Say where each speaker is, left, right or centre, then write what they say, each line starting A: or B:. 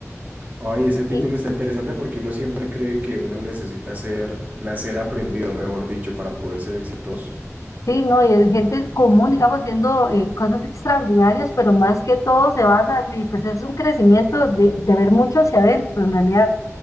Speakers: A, on the right (about 35°); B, on the left (about 75°).
A: Ay, ese título
B: Y
A: está interesante porque uno siempre cree que uno necesita ser, nacer aprendido, mejor dicho, para poder ser exitoso.
B: sí, no, y es gente común, digamos, haciendo eh, cosas extraordinarias, pero más que todo se basa, y pues es un crecimiento de, de ver mucho hacia adentro, en realidad.